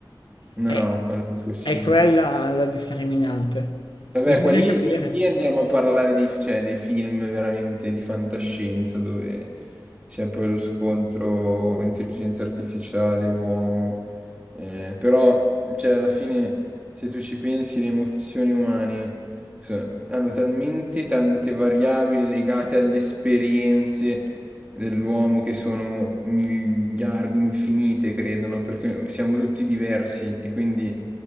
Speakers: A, on the right; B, on the left.
A: No,
B: È,
A: quello è impossibile.
B: è quella la discriminante.
A: Vabbè,
B: Bisogna
A: qua lì,
B: capire.
A: lì- lì andiamo a parlare dei, cioè, dei film veramente di fantascienza dove c'è poi lo scontro intelligenza artificiale, uomo. Eh, però, cioè, alla fine, se tu ci pensi, le emozioni umane so- hanno talmente tante variabili legate alle esperienze dell'uomo che sono miliardi, infinite, credo, no? Perché siamo tutti diversi e quindi